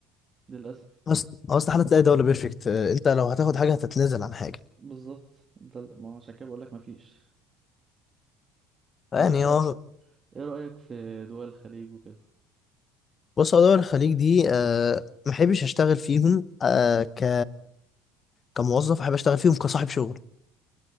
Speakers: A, on the right (about 30°); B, on the left (about 35°).
A: للأسف
B: أصل أصل حالة تلاقي دولة بيرفكت أنت لو هتاخد حاجة هتتنازل عن حاجة
A: بالظبط ده ما هو عشان كده بقول لك مفيش
B: يعني
A: طب انت
B: هو
A: ايه رأيك في دول الخليج وكده
B: بص هو دول الخليج دي أه محبش أشتغل فيهم أه ك كموظف أحب أشتغل فيهم كصاحب شغل